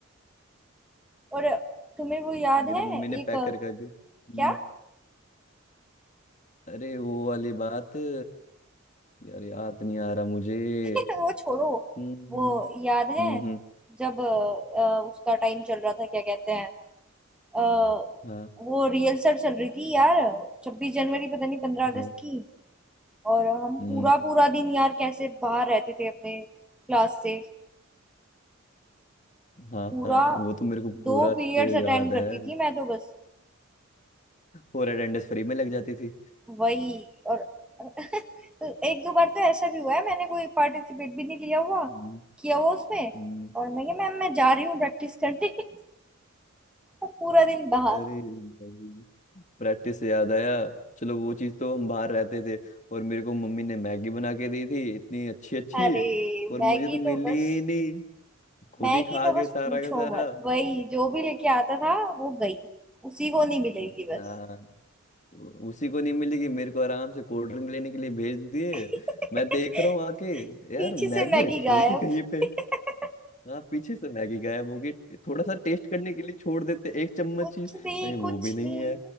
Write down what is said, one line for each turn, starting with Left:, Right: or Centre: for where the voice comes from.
Centre: और तुम्हें वो याद
Left: मेरी
Centre: है
Left: मम्मी
Centre: एक
Left: ने पैक कर कर दी हम्म
Centre: क्या
Left: अरे वो वाली बात अ, यार याद नहीं आ रहा मुझे
Centre: <laughs> वो छोड़ो
Left: हम्म हम्म
Centre: वो याद
Left: हम्म,
Centre: है
Left: हम्म,
Centre: जब अ, अ, उसका टाइम चल रहा था क्या कहते हैं अ,
Left: हाँ
Centre: वो रिहर्सल चल रही थी यार छब्बीस जनवरी पता नहीं पंद्रह अगस्त
Left: हाँ
Centre: की और हम
Left: हम्म
Centre: पूरा पूरा दिन यार कैसे बाहर रहते थे अपने क्लास से
Left: हाँ
Centre: पूरा
Left: हाँ वो तो मेरे को पूरा
Centre: दो
Left: अच्छे
Centre: पीरियड्स
Left: याद
Centre: अटेंड करती
Left: है
Centre: थी मैं तो बस
Left: और अटेंडेंस फ्री में लग जाती थी
Centre: वही और <laughs> तो एक दो बार तो ऐसा भी हुआ है मैंने कोई पार्टिसिपेट भी नहीं लिया हुआ
Left: हम्म
Centre: किया हुआ उसमें
Left: हम्म।
Centre: और मैं क्या मैम मैं जा रही हूँ प्रैक्टिस करने <laughs> और पूरा दिन बाहर
Left: अरे भाई प्रैक्टिस से याद आया चलो वो चीज तो हम बाहर रहते थे और मेरे को मम्मी ने मैगी बना के दी थी इतनी अच्छी अच्छी
Centre: अरे
Left: और
Centre: मैगी
Left: मुझे तो मिली
Centre: तो बस
Left: ही नहीं खुद
Centre: मैगी
Left: ही खा
Centre: तो
Left: गए
Centre: बस
Left: सारा
Centre: पूछो
Left: का सारा
Centre: मत वही जो भी लेके आता था वो गई उसी को नहीं
Left: हम्म,
Centre: मिलेगी बस
Left: हाँ उ- उसी को नहीं मिलेगी मेरे को आराम से कोल्ड ड्रिंक लेने के लिए भेज दिए
Centre: <laughs>
Left: मैं देख रहा हूँ आके यार
Centre: पीछे
Left: मैगी
Centre: से मैगी
Left: रखी
Centre: गायब
Left: हुई थी कहीं पे
Centre: <laughs>
Left: हाँ पीछे से मैगी गायब होगी थोड़ा सा टेस्ट करने के लिए छोड़ देते एक चम्मच
Centre: कुछ
Left: ही
Centre: नहीं
Left: नहीं, वो
Centre: कुछ
Left: भी नहीं
Centre: नहीं
Left: है